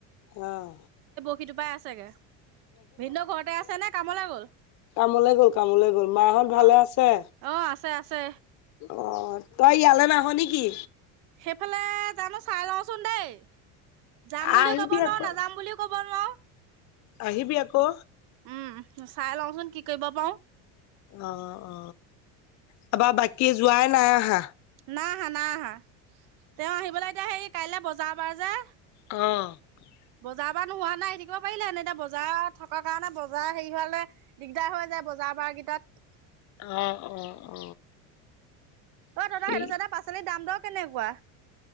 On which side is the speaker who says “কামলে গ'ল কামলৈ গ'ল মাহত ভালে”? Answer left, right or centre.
Left